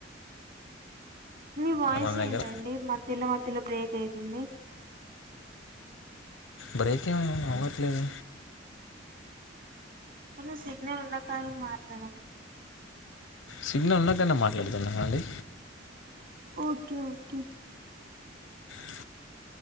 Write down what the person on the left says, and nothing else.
మన దగ్గర
బ్రేక్ేమో అవ్వట్లేదు
సిగ్నల్ ఉన్నకనా మాట్లాడుతున్నా అండి
ఆ